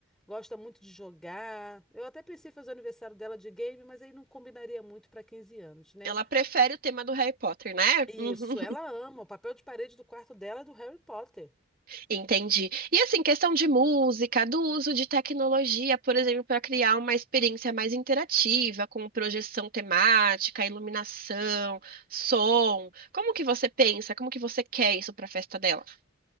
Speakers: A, in the centre; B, on the right (about 45°).
A: gosta muito de jogar. Eu até pensei em fazer o aniversário dela de game, mas aí não combinaria muito para 15 anos, né?
B: Ela prefere o tema do Harry Potter, né?
A: Isso,
B: <laughs> Uhum.
A: ela ama. O papel de parede do quarto dela é do Harry Potter.
B: Entendi. E assim, questão de música, do uso de tecnologia, por exemplo, para criar uma experiência mais interativa, com projeção temática, iluminação, som. Como que você pensa? Como que você quer isso para a festa dela?